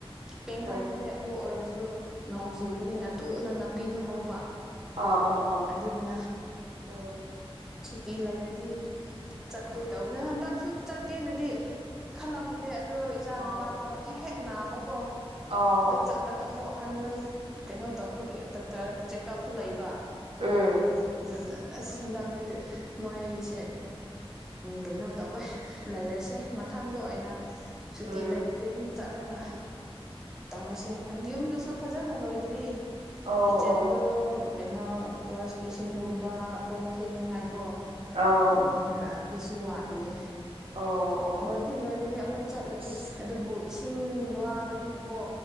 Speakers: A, in the centre; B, on the right.
A: ꯄꯦꯡꯍꯟꯕꯅꯦ
B: ꯎꯝ
A: ꯑꯗꯨ ꯑꯣꯏꯔꯁꯨ ꯅꯣꯡ ꯆꯨꯕꯅꯤꯅ ꯇꯨꯅ ꯅꯥꯄꯤꯗꯣ ꯍꯧꯕ
B: ꯑꯥ ꯑꯥ ꯑꯥ
A: ꯑꯗꯨꯅ
B: ꯎꯝ
A: ꯇꯤ ꯂꯩꯔꯗꯤ ꯆꯠꯀꯦ ꯇꯧꯕꯅꯦ ꯍꯟꯗꯛꯁꯨ ꯆꯠꯀꯦꯅꯗꯤ ꯈꯜꯂꯝꯕꯅꯦ ꯑꯗꯣ ꯏꯆꯥ
B: ꯑꯥ
A: ꯅꯨꯄꯥꯗꯣ ꯍꯦꯛ ꯍꯦꯛ ꯅꯥꯕꯀꯣ
B: ꯑꯥꯎ
A: ꯑꯗꯨ ꯆꯠꯂꯒ ꯑꯃꯨꯛ ꯍꯟ ꯀꯩꯅꯣ ꯇꯧꯕꯒꯤ ꯗꯣꯛꯇꯔ ꯆꯦꯛꯑꯞꯁꯨ ꯂꯩꯕ
B: ꯎꯝ
A: ꯑꯗꯨꯅ ꯑꯁ ꯍꯟꯗꯛꯇꯤ ꯃꯣꯏꯁꯦ ꯀꯩꯅꯣ ꯇꯧꯋꯦ ꯂꯩꯔꯁꯦ ꯃꯊꯪꯗ ꯑꯣꯏꯅ ꯁꯨꯇꯤ
B: ꯎꯝ
A: ꯂꯩꯔꯗꯤ ꯑꯗꯨꯝ ꯆꯠꯂꯒ ꯇꯧꯔꯁꯦꯅ ꯌꯨꯝꯗꯨꯁꯨ ꯐꯖꯅ ꯂꯣꯏꯗ꯭ꯔꯤ
B: ꯑꯣ
A: ꯀꯤꯠꯆꯟꯗꯣ
B: ꯑꯣ
A: ꯀꯩꯅꯣ ꯋꯥꯁ ꯕꯦꯁꯤꯟꯒꯨꯝꯕ ꯀꯣꯟ ꯐꯦꯡꯅꯤꯉꯥꯏꯀꯣ
B: ꯑꯥꯎ
A: ꯑꯗꯨ ꯈꯔ ꯑꯗꯨꯁꯨ ꯋꯥꯠꯂꯤꯌꯦ
B: ꯑꯣ ꯑꯣ
A: ꯂꯣꯏꯗꯤ
B: ꯑꯣ
A: ꯂꯣꯏꯔꯅꯤ ꯑꯃꯨꯛ ꯆꯠꯂꯗꯤ
B: ꯑꯁ
A: ꯑꯗꯨꯕꯨ ꯏꯁꯤꯡ ꯋꯥꯕꯅꯤꯅꯀꯣ